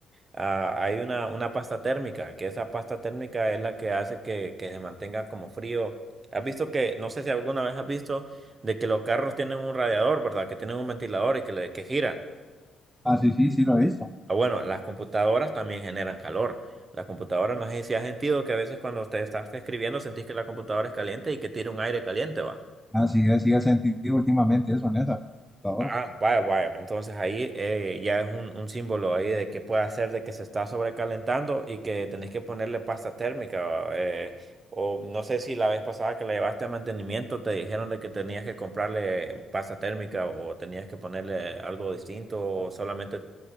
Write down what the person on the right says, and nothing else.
ah, hay una, una pasta térmica, que esa pasta térmica es la que hace que, que se mantenga como frío. Has visto que, no sé si alguna vez has visto, de que los carros tienen un radiador, ¿verdad? Que tienen un ventilador y que, le, que gira.
Ah, bueno, las computadoras también generan calor. Las computadoras, no sé si has sentido que a veces cuando te estás escribiendo sentís que la computadora es caliente y que tira un aire caliente, ¿va?
Ah, vaya, vaya. Entonces ahí eh, ya es un, un símbolo ahí de que puede hacer de que se está sobrecalentando y que tenés que ponerle pasta térmica. eh, o no sé si la vez pasada que la llevaste a mantenimiento te dijeron de que tenías que comprarle pasta térmica o tenías que ponerle algo distinto o solamente